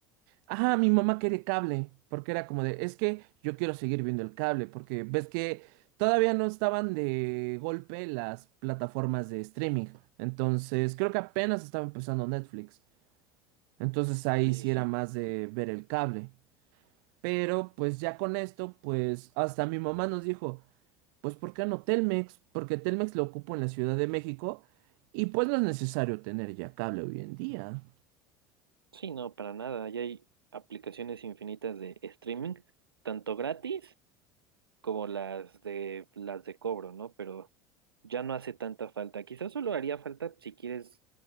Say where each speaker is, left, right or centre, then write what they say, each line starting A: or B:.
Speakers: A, on the right (about 60°); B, on the right (about 85°).
A: Ajá, mi mamá quería cable. Porque era como de, es que yo quiero seguir viendo el cable. Porque ves que todavía no estaban de golpe las plataformas de streaming. Entonces, creo que apenas estaba empezando Netflix. Entonces ahí
B: Sí,
A: sí
B: sí, sí.
A: era más de ver el cable. Pero pues ya con esto, pues hasta mi mamá nos dijo, pues ¿por qué no Telmex? Porque Telmex lo ocupo en la Ciudad de México y pues no es necesario tener ya cable hoy en día
B: Sí, no, para nada. Ya hay aplicaciones infinitas de streaming, tanto gratis como las de las de cobro, ¿no? Pero ya no hace tanta falta. Quizás solo haría falta si quieres